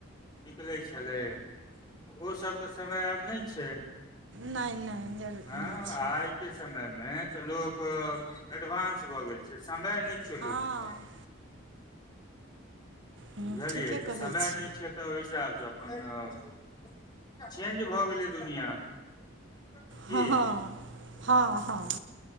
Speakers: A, on the left; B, on the right.
A: निकलैत छलै। ओ सब तऽ समय आब नहि छै।
B: नहि नहि जरूर
A: एँ
B: नहि छै
A: आइ के समय तऽ लोक। एडवान्स भऽ गेल छै। समय नहि छै।
B: हँ
A: लोक के पास।
B: हूँ
A: बुझलियै
B: ठीके
A: तऽ
B: कहय
A: समय
B: छी
A: नहि छै। तऽ ओहि हिसाबसँ अपन चेंज भऽ गेलै दुनिया। की
B: हँ हँ हँ हँ।